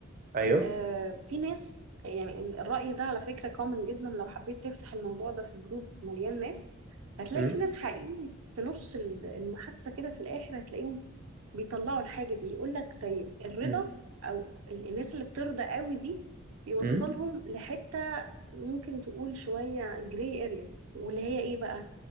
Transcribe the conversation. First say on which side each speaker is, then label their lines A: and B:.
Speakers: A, on the right; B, on the right.
A: ايوه
B: آه، في ناس يعني ال- الرأي ده على فكرة كومن جدا لو حبيت تفتح الموضوع ده في جروب مليان ناس هتلاقي
A: مم.
B: في ناس حقيقي في نص ال- المحادثة كده في الآخر هتلاقيهم بيطلعوا الحاجة دي يقول لك طيب الرضا
A: مم.
B: أو ال- الناس اللي بترضى قوي دي بيوصلهم
A: مم.
B: لحتة ممكن تقول شوية جراي اريا واللي هي ايه بقى